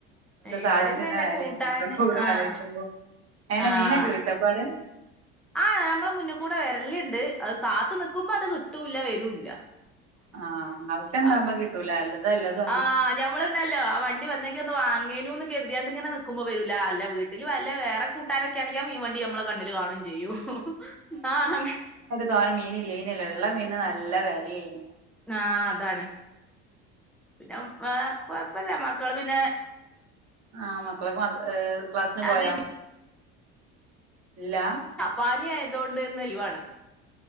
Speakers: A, in the centre; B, on the right.
A: ഇവിടെന്ന്തന്നെകൂട്ടാന്
B: സാധനത്തിന്റെ വിലയും ഒക്കെ കൂടെ
A: ആഹ്
B: ആലോചിക്കുമ്പോ അങ്ങനെ
A: ആഹ്
B: മീനൊക്കെ കിട്ടപ്പാടെ
A: ആഹ് നമ്മളെ മുന്നികൂടെവരലുണ്ട് അത്കാത്തുനിക്കുമ്പോഅത്കിട്ടൂല്ല വരൂല്ല
B: ആഹ് ആവശ്യണ്ടാവുമ്പ
A: അങ്ങ്
B: കിട്ടൂല അല്ലതല്ലത
A: ആഹ് ഞമ്മള്ണ്ടല്ലോ വണ്ടിവന്നെങ്കി ഒന്ന് വാങ്ങേനുന്ന് കരുതിയാണ്ട് ഇങ്ങനെ നിക്കുമ്പോ വരൂല അല്ല വീട്ടില് വല്ലവേറെ കൂട്ടാനൊക്കൊണെങ്കെ മീൻവണ്ടി നമ്മളെ കണ്ണില്കാണും ചെയ്യും ആ്ഹ്
B: തോനെമീൻ ഇല്ലേനല്ലേ ഇള്ളമീന് നല്ല വേലിം
A: ആഹ് അതാണ് പിന്നെഏഹ് കൊഴപ്പല്ല്യ മക്കള് പിന്നെ
B: ആമക്കളൊക്കെ മ ക്ലാസ്സിന്പോയാ
A: അത്
B: ഇല്ലാ
A: പനിയായതോണ്ട് ഇന്ന് ലീവാണ്